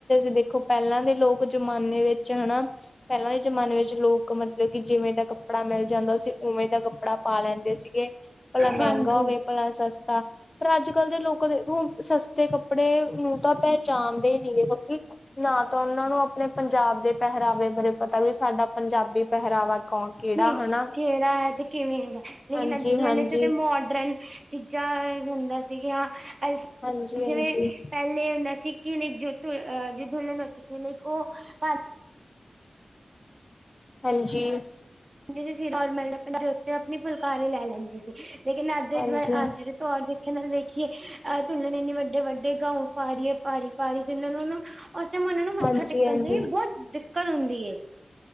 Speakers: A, on the left; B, on the right.
A: ਦੇਖਲੋ ਕੱਪੜਾ ਹਨਾ ਕੱਪੜਾ ਪਹਿਲਾਂ <unintelligible> ਦੇਖੋ ਪਹਿਲਾਂ ਦੇ ਲੋਕ ਜ਼ਮਾਨੇ ਵਿੱਚ ਹਨਾ ਪਹਿਲਾਂ ਦੇ ਜਮਾਨੇ ਵਿੱਚ ਲੋਕ ਮਤਲਬ ਕਿ ਜਿਵੇਂ ਦਾ ਕੱਪੜਾ ਮਿਲ ਜਾਂਦਾ ਸੀ ਉਵੇਂ ਦਾ ਕੱਪੜਾ ਪਾ ਲੈਂਦੇ ਸੀਗੇ ਭਲਾ
B: ਹਾਂਜੀ
A: ਮਹਿੰਗਾ ਹੋਵੇ ਭਲਾ ਸ ਸਸਤਾ ਪਰ ਅੱਜ ਕੱਲ ਦੇ ਲੋਕ ਦੇਖਲੋ ਸਸਤੇ ਕੱਪੜੇ ਨੂੰ ਤਾਂ ਪਹਿਚਾਣਦੇ ਹੀ ਕਿਉਂਕਿ ਨਾ ਤਾਂ ਉਹਨਾਂ ਨੂੰ ਆਪਣੇ ਪੰਜਾਬ ਦੇ ਪਹਿਰਾਵੇ ਬਾਰੇ ਪਤਾ ਵੀ ਸਾਡਾ ਪੰਜਾਬੀ ਪਹਿਰਾਵਾ ਕੌਣ ਕਿਹੜਾ
B: ਕਿ
A: ਹਨਾ
B: ਕਿਹੜਾ ਹੈ ਤੇ ਕਿਵੇਂ ਹੈਗਾ ਲੇਕਿਨ
A: ਹਾਂਜੀ
B: ਅੱਜ ਦੇ ਜ਼ਮਾਨੇ
A: ਹਾਂਜੀ
B: 'ਚ ਤੇ ਮੋਡਰਨ ਚੀਜ਼ਾਂ ਹੁੰਦਾ ਸੀ ਕਿ ਹਾਂ <inaudible>
A: ਹਾਂਜੀ
B: ਜਿਵੇਂ
A: ਹਾਂਜੀ
B: ਪਹਿਲੇ ਹੁੰਦਾ ਸੀ ਕਿ ਲ ਜੋ ਜੋ ਦੁਲਨ ਹੋ ਲਕ ਉਹ <unintelligible>
A: ਹਾਂਜੀ
B: ਜ ਸੀ ਨਰਮਲਪ <inaudible> ਦੇ ਉੱਤੇ ਆਪਣੀ ਫੁਲਕਾਰੀ ਲੈ ਲੈਂਦੀ ਸੀ ਲੇਕਿਨ ਅੱਧ ਜ
A: ਹਾਂਜੀ
B: <unintelligible> ਮੈਂ ਅੱਜ ਦੇ ਤੌਰਰ ਦੇਖਣ ਨਾਲ ਦੇਖੀਏ ਅਹ ਤੁੁੱਲਨ ਇੰਨੇ ਵੱਡੇ ਵੱਡੇ ਗਾਊ ਪਾਰੀ ਹੈ ਪਾਰੀ ਪਾਰੀ ਜਿਹਨਾਂ ਨੂੰ ਉਹ ਅੇ ਮੁੰਡੇ ਨੂੰ ਮੱਥਾ
A: ਹਾਂਜੀ
B: ਟੇਕਣ
A: ਹਾਂਜੀ
B: ਲਈ ਬਹੁਤ ਕਲ ਹੁੰਦੀ ਹੈ